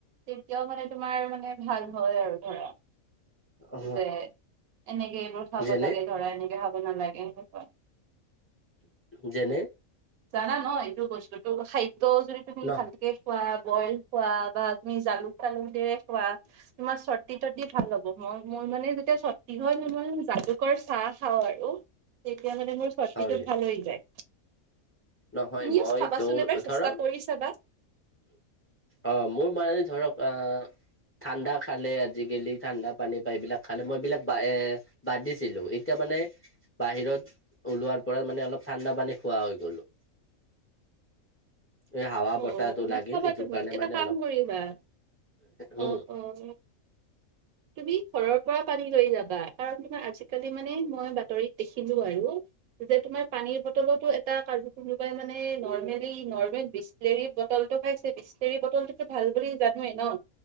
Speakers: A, on the right; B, on the left.
A: তেতিয়াও মানে তোমাৰ মানে ভাল হয় আৰু ধৰা।
B: অ
A: যে এনেকে এইবোৰ খাব
B: যেনে
A: লাগে ধৰা এনেকে খাব নালাগে সেনেকা।
B: যেনে
A: জানা ন এইটো বস্তুতটো খাদ্য যদি তুমি
B: ন
A: ভালকে খোৱা, বইল খোৱা, বা তুমি জালুক চালুক দৰে খোৱা, তোমাৰ চৰ্দি চৰ্দি ভাল হ'ব হয় মই মানে যেতিয়া চৰ্দি হয় মই মানে জালুকৰ চাহ খাওঁ আৰু। তেতিয়া মানে মোৰ চৰ্দিটো
B: হয়
A: ভাল হৈ যায়।
B: নহয়
A: তুমিও
B: মই
A: খাবাচোন
B: তো
A: এবাৰ চেষ্টা
B: ধৰা
A: কৰি চাবা
B: অ মোৰ মাই ধৰক আহ- ঠাণ্ডা খালে আজিকালি ঠাণ্ডা পানী বা এইবিলাক খালে মই বিলাক বাইয়ে- বাদ দিছিলো, এতিয়া মানে- বাহিৰত ওলোৱাৰ পৰা মানে অলপ ঠাণ্ডা পানী খোৱা হৈ গ'লো। এই হাৱা
A: অ
B: বতাহটো লাগিল
A: নাখাবা
B: এইটো
A: তুমি
B: কাৰণে
A: এটা
B: মানে
A: কাম
B: অলপ
A: কৰিবা
B: হুম।
A: অ অ তুমি ঘৰৰ পৰা পানী লৈ যাবা কাৰণ তোমাৰ আজিকালি মানে মই বাতৰিত দেখিলো আৰু। যেতিয়া তোমাৰ পানীৰ বটলটো এটা কাজ কোনোবাই মানে নৰ্মেলি নৰ্মেল বিচ- লেৰি বটলটো খাইছে বিচলেৰী বটলটোতো ভাল বুলি জানোৱেই ন।